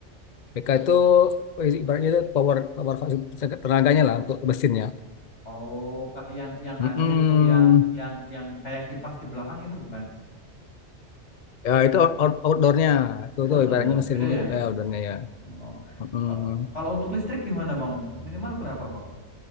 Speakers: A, on the left; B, on the left.
A: PK itu eh, ibaratnya itu power power tenaganya lah untuk mesinnya.
B: oh ka- yang yang
A: Mm-mm.
B: anu itu yang yang yang kayak kipas di belakang itu bukan
A: Ya itu out- out- outdoornya
B: oh,
A: tuh
B: itu outdoornya
A: tuh ibaratnya mesin
B: beda ya
A: eh, outdoornya
B: oh.
A: ya. Mm.
B: Ka- kalau untuk listrik gimana bang minimal berapa bang